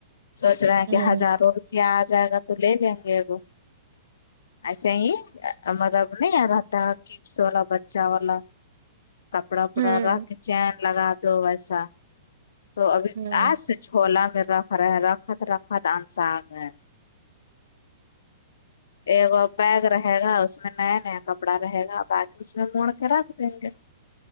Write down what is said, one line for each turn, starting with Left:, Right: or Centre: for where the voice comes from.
Left: سوچ رہا ہے
Right: ہ
Left: کہ ہزاروں روپ کیا آ جائے گا تو لے لیں گے اب ایسے ہی نہیں رہتا کڈس والا بچہ والا کپڑا
Right: ہ
Left: وپڑا رکھ چین لگا دو ویسا تو ابھی
Right: ہ
Left: آ سک چھولا میں رکھ <unintelligible> انصار میں ایک بیگ رہے گا اس میں نیا نیا کپڑا رہے گا باقی اس میں موڑ کے رکھ دیں گے